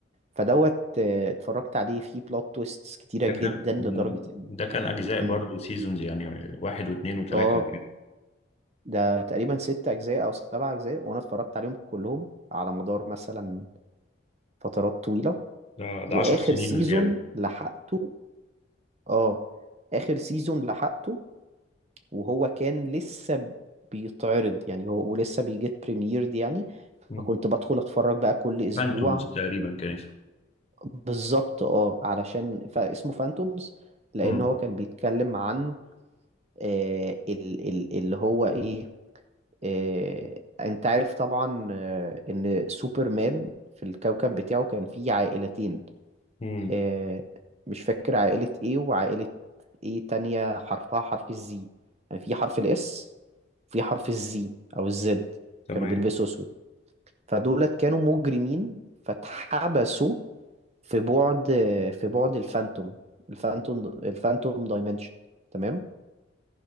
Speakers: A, on the right (about 35°); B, on the left (about 30°).
A: فدوت آه، اتفرجت عليه فيه بلوت تويستس كتيرة
B: ده
A: جدا
B: كان
A: لدرجة
B: مم،
A: ان
B: ده كان اجزاء
A: مم.
B: برضو سيزونز يعني واحد واثنين وثلاثه
A: اه
B: كده
A: ده تقريبا ست أجزاء أو سبع أجزاء وأنا اتفرجت عليهم كلهم على مدار مثلا فترات طويلة
B: اه ده
A: وآخر
B: 10 سنين
A: سيزون
B: وزياده
A: لحقته آه آخر سيزون لحقته وهو كان لسه ب- بيتعرض يعني هو ولسه بيجيت بريميرد يعني
B: مم.
A: فكنت بدخل أتفرج بقى كل أسبوع
B: فانتومز تقريبا كان
A: بالظبط آه علشان فاسمه فانتومز لأن
B: امم
A: هو كان بيتكلم عن آه ال ال اللي هو إيه آه، انت عارف طبعا آه، ان سوبرمان في الكوكب بتاعه كان فيه عائلتين
B: امم
A: آه، مش فاكر عائلة ايه وعائلة ايه تانية حرفها حرف الزي يعني في حرف الاس في حرف الزي او الزد
B: تمام
A: كانوا بيلبسوا اسود فدولت كانوا مجرمين فاتحبسوا في بعد في بعد الفانتوم الفانتوم الفانتوم دايمنشن تمام